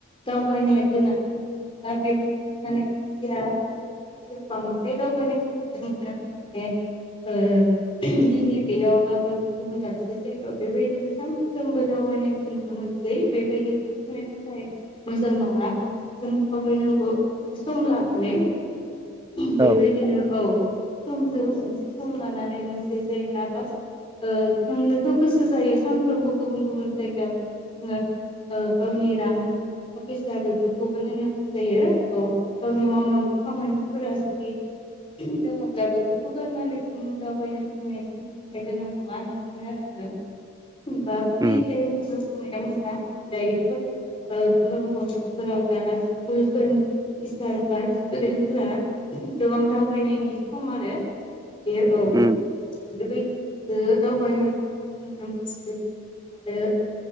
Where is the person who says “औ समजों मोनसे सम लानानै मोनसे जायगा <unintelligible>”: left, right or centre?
Left